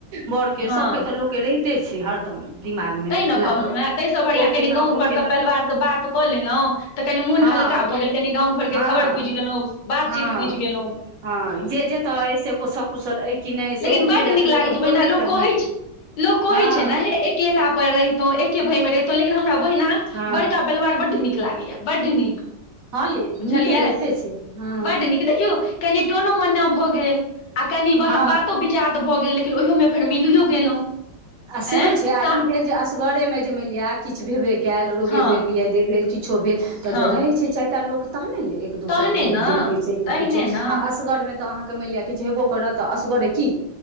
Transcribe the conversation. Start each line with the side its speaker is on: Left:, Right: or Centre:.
Right: बड़ के
Left: हँ
Right: सबके तऽ लोकके रहिते छै हरदम दिमागमे
Left: तैं ने कहलहुँ
Right: लागल
Left: हें ताहिसँ बढ़िया
Right: ओ
Left: कनि
Right: केना
Left: गाँव
Right: ओ
Left: घरसँ
Right: केना
Left: प परिवारसँ बात कऽ लेलहुॅँ तऽ कनि मन
Right: हँ
Left: हल्का भ गेल कनि गाम घर के
Right: हँ
Left: ख़बर वुझ गलौ बातचित
Right: हँ
Left: बुझ गेलौ
Right: हँ जे जेतै से सकुशल अइ कि नहि सेहो
Left: लेकिन
Right: बुझै
Left: बड्ड
Right: लए
Left: नीक
Right: तऽ
Left: लागैत
Right: लोकके
Left: छै
Right: भोर
Left: बहिना
Right: होइ
Left: लोक कहै
Right: मोन
Left: छै लोक कहै
Right: हँ
Left: छै ने हे एक एकेला पर रहितो एके भाय मे रहितों लेकिन हमरा बहिना
Right: हँ
Left: बड़का परिवार बड्ड नीक लागैया बड्ड नीक
Right: हँ यै
Left: बुझलियै
Right: नीके लगिते छै हँ
Left: बड नीक देखियौ कनि टोनो मन्ना भऽ गेल आ कनि बातो
Right: हँ
Left: बात त भऽ गेल लेकिन ओहियो मे फेर मिलियो गेलहुँ
Right: आ सेहो
Left: एँ
Right: छै आ
Left: सा
Right: ई भेल जे असगरेमे जे मानि लिअ किछ भेबे कयल रोगे
Left: हँ
Right: भेल बियदे भेल किछो भेल तऽ
Left: हँ
Right: रहै छै चारि टा लोक तहने ने एक दोसरके
Left: तहने
Right: लोक
Left: ने
Right: देखै छै कि
Left: तहने
Right: किछो
Left: ने
Right: आ असगर मे तऽ अहाँके मानि लिअ किछु हेबो करत त असगरे की